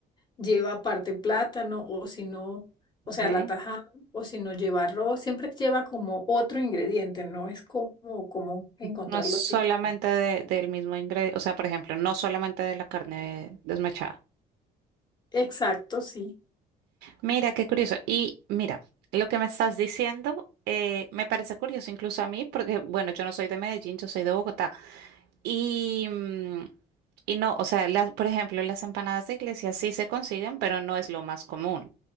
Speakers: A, on the left; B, on the right.
A: lleva aparte plátano o si no, o
B: ok.
A: sea, la tajada. O si no lleva arroz, siempre lleva como otro ingrediente, no es como común encontrarlo
B: No es solamente
A: así como.
B: de- del mismo ingrediente, o sea, por ejemplo, no solamente de la carne desmechada.
A: Exacto, sí,
B: Mira, qué curioso. Y mira, lo que me estás diciendo eh, me parece curioso incluso a mí, porque bueno, yo no soy de Medellín, yo soy de Bogotá. Y, mm, y no, o sea, las, por ejemplo, las empanadas de iglesia sí se consiguen, pero no es lo más común.